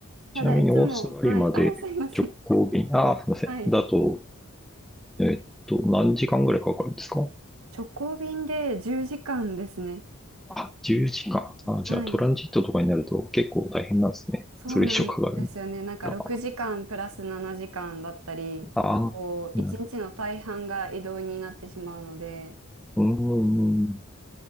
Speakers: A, on the right; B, in the centre.
A: ただ、
B: ちなみにオーストラリアまで直行便、
A: いつも、はい、あ、すいません。
B: ああ、すみません。
A: はい、
B: だと、えっと、何時間ぐらいかかるんですか
A: 直行便で10時間ですね。
B: あ、10時間。あ、じゃあトランジットとかになると結構大変なんですね。
A: はい、そうなんですよね。
B: それ以上かかるんで。
A: なんか6時間プラス7時間だったり、
B: ああ、
A: こう、
B: なる
A: 1日の大半が移動になってしまうので、
B: ほど。うーん、